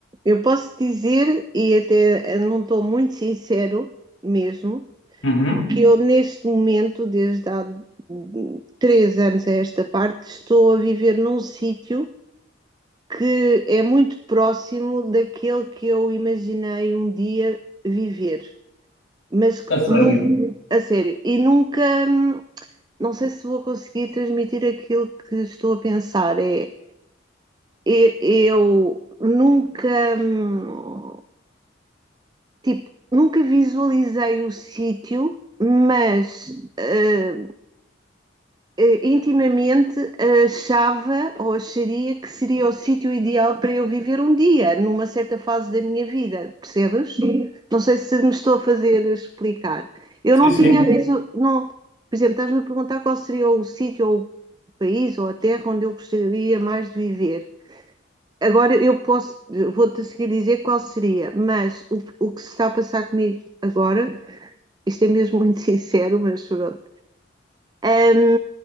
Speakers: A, on the right; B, on the left.
A: eu posso dizer, e até eh, não estou muito sincero mesmo,
B: Uhum.
A: que eu neste momento, desde há hum, três anos a esta parte, estou a viver num sítio que é muito próximo daquele que eu imaginei um dia viver, mas que
B: A sério?
A: nunca, a sério, e nunca. hum, não sei se vou conseguir transmitir aquilo que estou a pensar. É, é- eu nunca, hum, tipo, nunca visualizei o sítio, mas eh, eh, intimamente achava ou acharia que seria o sítio ideal para eu viver um dia, numa certa fase da minha vida, percebes? Sim. Não sei se me estou a fazer explicar. Eu
B: Sim,
A: não
B: sim.
A: tinha a visu- não, por exemplo, estás-me a perguntar qual seria o sítio ou o país ou a terra onde eu gostaria mais de viver. Agora eu posso, vou-te a seguir dizer qual seria, mas o, o que se está a passar comigo agora, isto é mesmo <laughs> muito sincero, mas pronto Ahm,